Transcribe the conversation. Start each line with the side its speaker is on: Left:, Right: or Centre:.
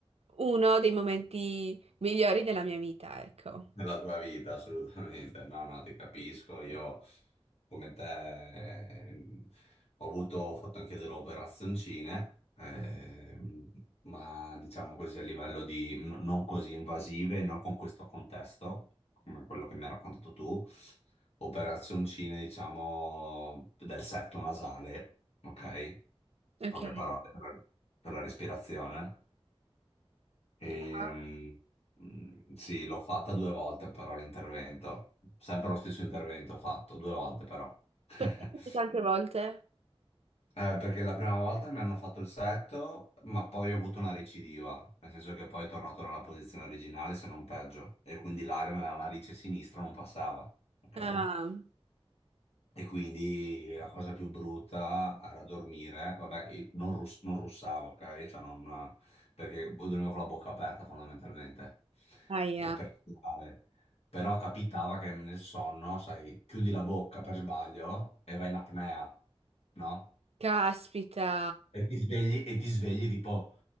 Right: uno dei momenti migliori della mia vita, ecco.
Left: nella tua vita, assolutamente. No, no, ti capisco. Io, come te, ehm, ho avuto, ho fatto anche delle operazioncine, ehm, ma diciamo così a livello di n- non così invasive, no, con questo contesto, come quello che mi hai raccontato tu. Operazioncine, diciamo, del setto nasale, ok?
Right: Ok,
Left: Poche parole per la per la respirazione. E,
Right: Ah,
Left: mm, mm, sì, l'ho fatta due volte però l'intervento, sempre lo stesso intervento ho fatto, due volte però. <laughs>
Right: perché tutte tante volte?
Left: Eh, perché la prima volta mi hanno fatto il setto, ma poi ho avuto una recidiva, nel senso che poi è tornato nella posizione originale se non peggio, e quindi l'aria nella narice sinistra non passava, ok?
Right: Ah,
Left: E quindi la cosa più brutta era dormire, vabbè, io non, rus- non russavo, ok? Cioè non, perché boh, dormivo con la bocca aperta fondamentalmente,
Right: aia,
Left: eh, per respirare. Però capitava che nel sonno, sai, chiudi la bocca per sbaglio e vai in apnea, no?
Right: caspita.
Left: E ti svegli, e ti svegli tipo